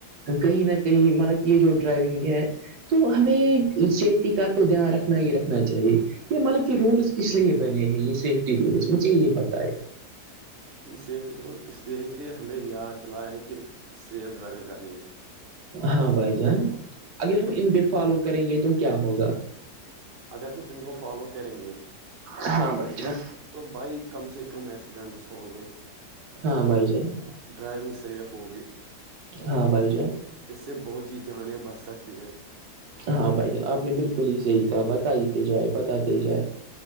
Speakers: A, on the right; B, on the right.
A: کہیں نہ کہیں ملب کہ یہ جو ڈرائیونگ ہے تو ہمیں یہ سیفٹی کا تو دھیان رکھنا ہی رکھنا چاہیے یہ مطلب کہ رولس کس لیے بنے ہیں یہ صف رولس مجھے یہ پتا ہے
B: سفٹی روز <unintelligible> اس لیے کہ ہمیں یاد دلائیں کہ سیف ڈرائونگ کرنی ہے
A: ہاں بھائی جان اگر ہم
B: کہ
A: ان پہ فالو کریں گے تو کیا ہوگا
B: اگر ہم ان کو فالو کریں گے
A: ہاں بھائی جان
B: تو بائک کم سے کم ایکسیڈینٹس ہو گئے
A: ہاں بھائی جان
B: ڈرائیونگ سیف ہوگی
A: ہاں بھائی جان
B: اس سے بہت ہیی جانیں بچ سکتی ہے
A: ہاں بھائی جان آپ نے بالکل ہی صحیح کہا بت ہیتے جائے بتاتے جائے